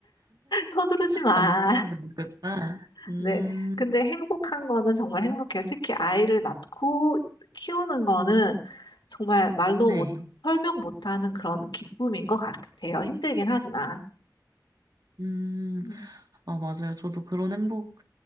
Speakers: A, on the left; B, on the right.
A: 서두르지 마.
B: 아, 느끼는 거구나. 음,
A: 네. 근데 행복한 거는 정말 행복해요. 특히 아이를 낳고 키우는 거는 정말 말로
B: 네.
A: 못, 설명 못하는 그런 기쁨인 것 같아요. 힘들긴 하지만.
B: 음,
A: 음,
B: 아, 맞아요. 저도 그런 행복,